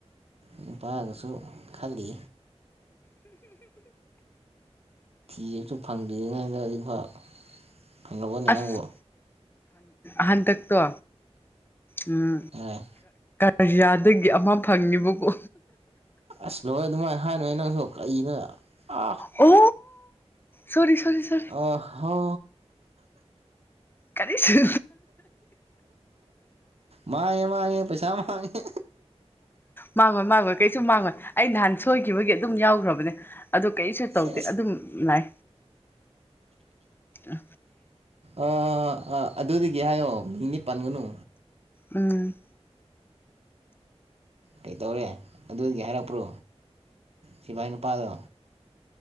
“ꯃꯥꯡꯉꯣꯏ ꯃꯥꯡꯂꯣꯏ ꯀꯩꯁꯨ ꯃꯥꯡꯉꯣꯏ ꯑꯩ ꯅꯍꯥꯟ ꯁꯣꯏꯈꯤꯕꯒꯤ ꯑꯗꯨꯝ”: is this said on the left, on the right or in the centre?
Left